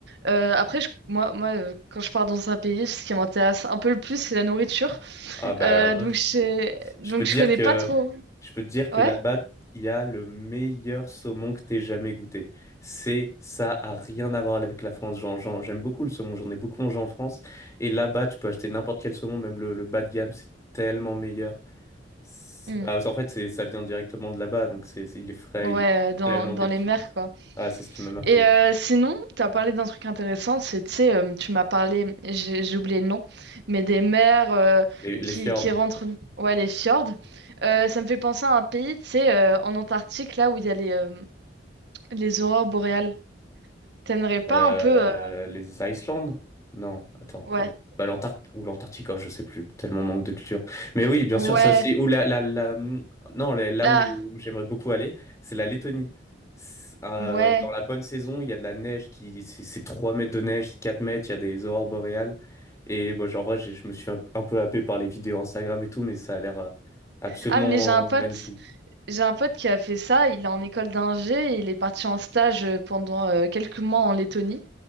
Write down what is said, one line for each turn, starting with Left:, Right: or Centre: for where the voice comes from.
Right: Euh, après, je- moi, moi euh, quand je pars dans un pays, ce qui m'intéresse un peu le plus, c'est la nourriture.
Left: Ah bah
Right: Euh,
Left: alors,
Right: donc,
Left: euh,
Right: je... donc,
Left: je peux te
Right: je
Left: dire
Right: connais
Left: que
Right: pas trop.
Left: je peux te dire que
Right: Ouais?
Left: là-bas, il y a le meilleur saumon que t'aies jamais goûté. C'est ça a rien à voir avec la France. J'en- j'en- j'aime beaucoup le saumon, j'en ai beaucoup mangé en France et là-bas, tu peux acheter n'importe quel saumon, même le, le bas de gamme, c'est tellement meilleur. C'est-
Right: Hmm.
Left: bah, en fait, c'est ça vient directement de là-bas, donc c'est c'est- il est frais,
Right: Ouais,
Left: il est
Right: euh, dans,
Left: tellement
Right: dans
Left: délicieux.
Right: les mers, quoi.
Left: Ah, c'est ce qui m'a marqué.
Right: Et
Left: ouais.
Right: euh, sinon, tu as parlé d'un truc intéressant, c'est, tu sais, euh, tu m'as parlé, j'ai j'ai oublié le nom, mais des mers euh,
Left: Les, les
Right: qui,
Left: fjords.
Right: qui rentrent, ouais, les fjords. Euh, ça me fait penser à un pays, tu sais, euh, en Antarctique, là où il y a les, euh, les aurores boréales. T'aimerais pas
Left: Euh,
Right: un peu... euh,
Left: les Islandes? Non, attends,
Right: Ouais,
Left: quand... bah, l'Antarctique ou l'Antarctique, oh, je sais plus, tellement manque de culture. Mais oui, bien
Right: ouais,
Left: sûr, ça aussi. Ou la, la, la... hum, Non, la- là
Right: là,
Left: où j'aimerais beaucoup aller, c'est la Lettonie. C'est- euh,
Right: ouais.
Left: dans la bonne saison, il y a de la neige qui, c'est c'est 3 mètres de neige, c'est 4 mètres, il y a des aurores boréales. Et bon, genre, en vrai, j'ai- je me suis un, un peu happé par les vidéos Instagram et tout, mais ça a l'air euh, absolument
Right: Ah, mais j'ai un
Left: euh,
Right: pote,
Left: magnifique.
Right: j'ai un pote qui a fait ça. Il est en école d'ingé et il est parti en stage euh, pendant euh, quelques mois en Lettonie.